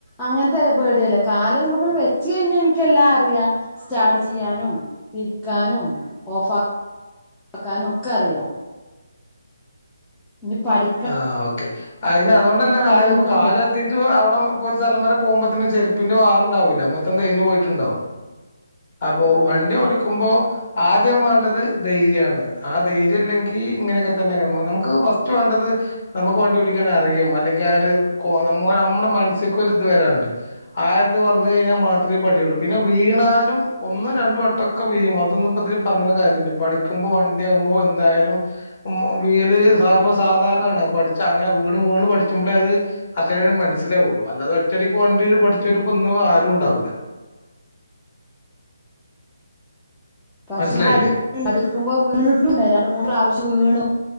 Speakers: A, in the centre; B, on the left (about 25°).
A: അങ്ങനത്തെല്ല പേടി അല്ല കാല് അതുമുക്ക്ന്ന് വെച്ച് കഴിഞ്ഞാൽ എനിക്കെല്ലാം അറിയാം സ്റ്റാട് ചെയ്യാനും തിരിക്കാനും ഓഫാ ക്കാനും ഒക്കെ അറിയാം ഇനി പഠി
B: ആഹ് ഓക്കെ അയിന് അതൊണ്ടല്ല കാര്യം
A: ആഗ്രഹിക്കണ്ട്
B: ഇപ്പൊ കാലരുതി റ്റു അവിടെ ഇപ്പോ ഒരു സ്ഥലം വരെ പോവുമ്പത്തീനും ചെരുപ്പിന്റെ വാറുണ്ടാവില്ല മൊത്തം തേഞ്ഞു പോയിട്ടുണ്ടാവും അപ്പൊ
A: അതെ
B: വണ്ടി ഓടിക്കുമ്പോ ആദ്യം വേണ്ടത് ധൈര്യാണ് ആ ധൈര്യല്ലെങ്കി ഇങ്ങനെയൊക്കെ തന്നെ നമു നമുക്ക് ഫസ്റ്റ് വേണ്ടത് നമുക്ക് വണ്ടി ഓടിക്കാൻ അറിയും അല്ലെങ്കിൽ ആ ഒര് കോ നമ്മുടെ നമ്മളെ മനസ്സിക്ക് ഒരു ഇത് വരാഉണ്ട് ആ ഒരിത് ഇത് വന്ന കഴിഞ്ഞാ മാത്രേ പഠിയുള്ളൂ പിന്നെ വീണാലും ഒന്ന് രണ്ടും വട്ടം ഒക്കെ വീയും അതൊന്നുംപ്പതില് പറഞ്ഞണ കാര്യല്ല പഠിക്കുമ്പോ വണ്ടിയാകുമ്പോ എന്തായാലും ഉം ഓഹ് വിഴല് സർവ്വസാധാരണാണ് പഠിച്ച അങ്ങനെ വീണ് വീണ് പഠിച്ച്മ്പളെ അത് അതെ മനസ്സിലാവുള്ളു അല്ലാതെ ഒറ്റടിക്ക് വണ്ടി പഠിച്ചോര്പ്പ ഇന്ന് ആരും ഉണ്ടാവൂല്ല
A: പക്ഷെ
B: മനസ്സിലായില്ലേ
A: ഞാൻ പഠി പഠിക്കുമ്പോ വീണിട്ടുണ്ടേ രണ്ട് മൂന്ന് പ്രാവശ്യം വീണു